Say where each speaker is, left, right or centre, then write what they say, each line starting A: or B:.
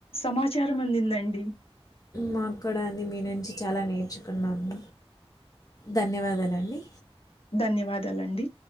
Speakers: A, on the left; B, on the left.
A: సమాచారం అందిందండి
B: మాకు కూడా అండి మీ నుంచి చాలా నేర్చుకున్నాము. ధన్యవాదాలండి
A: ధన్యవాదాలండి